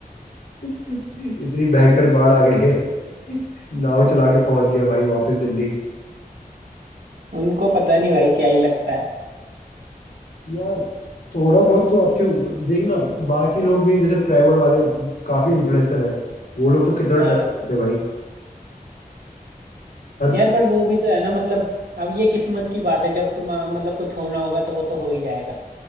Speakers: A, on the left (about 80°); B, on the right (about 85°).
A: <laughs> इतनी भयंकर बाढ़ आ गई है <laughs> नाव चला के पहुंच गया भाई वापस दिल्ली
B: उनको पता नहीं भाई क्या ही लगता है
A: यार थोड़ा बहुत तो आप क्यों देखना बाकी लोग भी जैसे ट्रैवल वाले काफी इन्फ्लुएंसर हैं वो लोग तो कितना
B: हाँ।
A: ट्रैवल करते हैं भाई हर
B: यार पर वो भी तो है ना मतलब अब ये किस्मत की बात है जब तुम मतलब कुछ होना होगा तो वो तो हो ही जाएगा